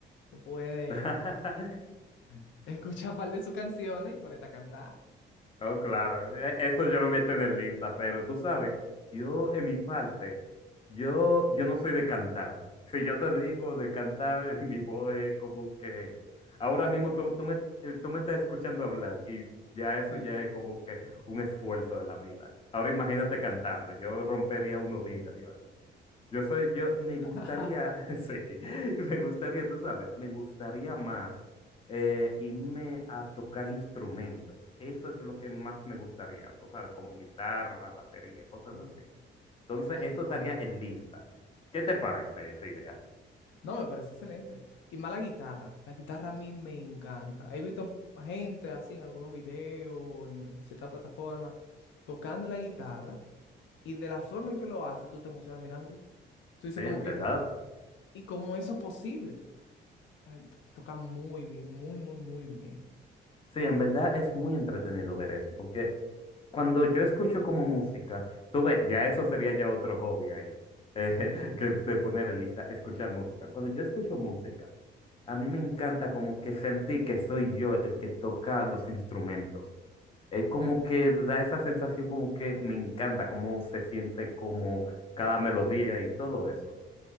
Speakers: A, on the left; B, on the left.
A: tú puedes
B: <laughs>
A: <laughs> escuchar un par de sus canciones y ponerte a cantar.
B: No, claro, e- eso yo lo voy a tener lista, pero tú sabes, que yo en mi parte, yo, yo no soy de cantar. Si yo te digo de cantar, <laughs> mi voz es como que ahora mismo tú, tú me, eh, tú me estás escuchando hablar y ya eso
A: Sí.
B: ya es como que un esfuerzo de la vida. Ahora imagínate cantando, yo rompería unos vidrios. Yo soy, yo me gustaría,
A: <laughs>
B: <laughs> sí, me gustaría, tú sabes, me gustaría más eh, irme a tocar instrumentos. Eso es lo que más me gustaría, tú sabes, como guitarra, batería, cosas
A: Uh,
B: así. Entonces,
A: La
B: eso
A: guitarra.
B: estaría en lista. ¿Qué te parece esa idea?
A: No, me parece excelente. Y más la guitarra. La guitarra a mí me encanta. He visto gente así en algunos videos, en ciertas plataformas, tocando la guitarra. Y de la forma en que lo hace, tú te emocionas mirándolo. Tú dices
B: Sí,
A: como
B: en
A: que,
B: verdad.
A: ¿y cómo eso es posible? Ay, to- Toca muy bien, muy, muy, muy bien.
B: Sí, en verdad es muy entretenido ver eso, porque cuando yo escucho como música, tú ves, ya eso sería ya otro hobby ahí, eh, <laughs> que de poner en lista, escuchar música. Cuando yo escucho música, A mí me encanta como que sentí que soy yo el que toca los instrumentos. Es como que da esa sensación como que me encanta cómo se siente como cada melodía y todo eso.